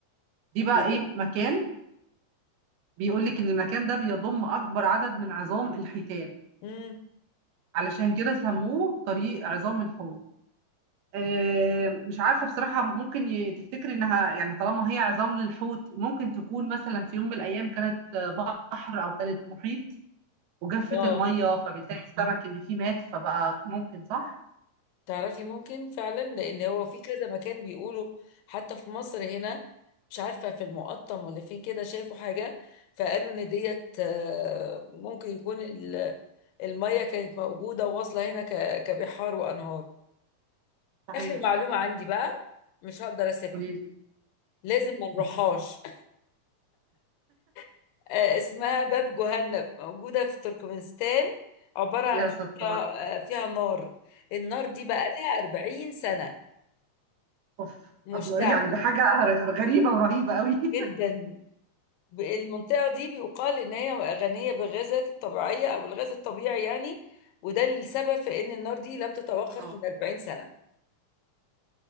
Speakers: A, on the right; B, on the left.
A: دي بقى
B: إيه
A: ايه مكان بيقول لك ان المكان ده بيضم اكبر عدد من عظام الحيتان
B: ده؟
A: علشان كده سموه طريق عظام الحوت آه، مش عارفة بصراحة ممكن ي- تفتكري انها يعني طالما هي عظام للحوت ممكن تكون مثلا في يوم من الايام كانت آه، بحر او كانت محيط وجفت
B: اه
A: المية فبالتالي السمك اللي فيه مات فبقى ممكن صح؟
B: تعرفي ممكن فعلا لان هو في كذا مكان بيقولوا حتى في مصر هنا مش عارفه في المقطم ولا فين كده شافوا حاجه فقالوا ان ديت آه، ممكن يكون ال- الميه كانت موجوده وواصله هنا ك- كبحار وانهار
A: صحيح
B: اخر معلومه عندي بقى مش هقدر اسيبها
A: قولي لي
B: لازم ما نروحهاش
A: <laughs>
B: <laughs> آه، اسمها باب جهنم موجوده في تركمانستان عباره عن
A: يا
B: حفره
A: ستار
B: آه، فيها نار النار دي بقى لها 40 سنه
A: اوف
B: مشتعل
A: الله يعني ده حاجة غريبة ورهيبة قوي <laughs>
B: جدا ب- المنطقة دي بيقال إن هي غنية بالغازات الطبيعية أو الغاز الطبيعي يعني وده السبب في إن النار دي لم تتوقف
A: اه
B: من 40 سنة